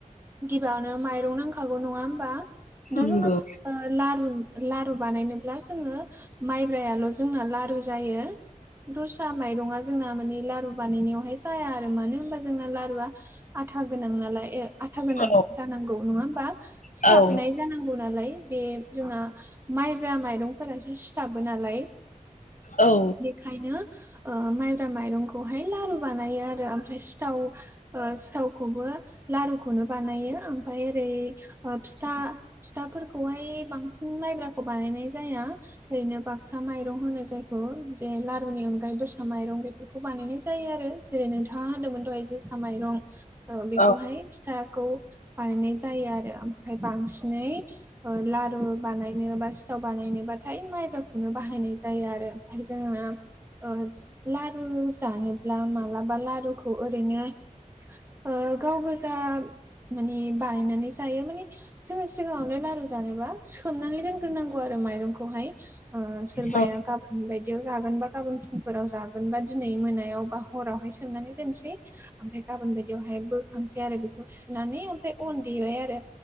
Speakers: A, on the right (about 15°); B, on the left (about 65°).
A: गिबियावनो माइरं नांखागौ नङा होमबा। दा
B: नोंगौ
A: जोङो ओ लारु लारु बानायनोब्ला जोङो माइब्रायाल' जोंना लारु जायो। दस्रा माइरंआ जोंना मानि लारु बानायनायावहाय जाया आरो मानो होनबा जोंना लारुआ आथा गोनां नालाय ओ आथा गोनां
B: औ
A: जानांगौ नङा होमबा सिथाबनाय
B: औ
A: जानांगौ नालाय बे जोंना माइब्रा माइरंफोरासो सिथाबो नालाय
B: औ।
A: ओंखायनो ओ माइब्रा माइरंखौहाय लारु बानायो आरो ओमफ्राय सिथाव ओ सिथावखौबो लारुखौनो बानायो ओमफाय ओरै ओ फिथा फिथाफोरखौहाय बांसिन माइब्राखौ बानायनाय जाया। ओरैनो बागसा माय माइरं होनो जायखौ जे लारुनि अनगायै दरसा माइरं बेफोरखौ बानायनाय जायो आरो। जेरै नोंथाङा होनदोंमोन दहाय जोसा माइरं ओ बेखौहाय
B: औ
A: फिथाखौ बानायनाय जायो आरो ओमफ्राय बांसिनै ओ लारु बानायनो बा सिथाव बानायनोबाथाय माइब्राखौनो बाहायनाय जायो आरो ओमफ्राय जोंना ओ लारु जानोब्ला मालाबा लारुखौ ओरैनो ओ गाव गोजा माने बानायनानै जायो माने जोङो सिगाङावनो लारु जानोबा सोमनानै दोनग्रोनांगौ आरो माइरंखौहाय। ओ सोरबाया
B: औ
A: गाब बोन बायदियाव जागोन बा गाबोन फुंफोराव जागोन बा दिनै मोनायाव बा हरावहाय सोमनानै दोनसै ओमफ्राय गाबोन बायदियावहाय बोखांसै आरो बेखौ सुनानै ओमफ्राय अन देबाय आरो।